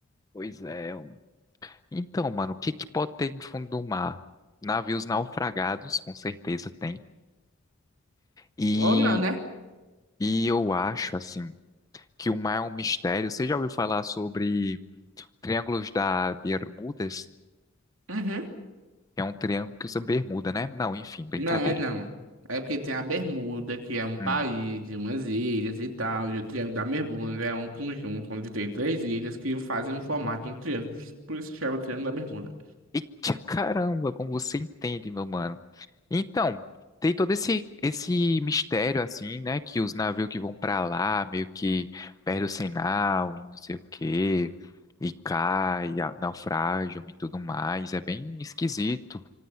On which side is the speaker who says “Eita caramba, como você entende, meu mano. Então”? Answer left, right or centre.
Left